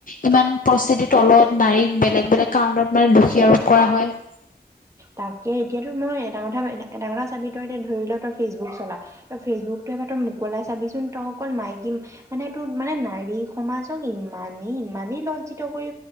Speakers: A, on the left; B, on the right.
A: ইমান পৰিস্থিতিৰ তলত নাৰীক বেলেগ বেলেগ কাৰণত। মানে দোষী আৰোপ কৰা হয়।
B: তাকে এতিয়াতো মই এটা কথা এটা কথা চাবি তই এতিয়া ধৰি ল তই ফেচবুক চলা তই ফেচবুকতটো এবাৰ তই মোকলাই চাবিচোন তই অকল মাইকী মানে তোৰ মানে নাৰী সমাজক ইমানেই ইমানেই লজ্জিত কৰি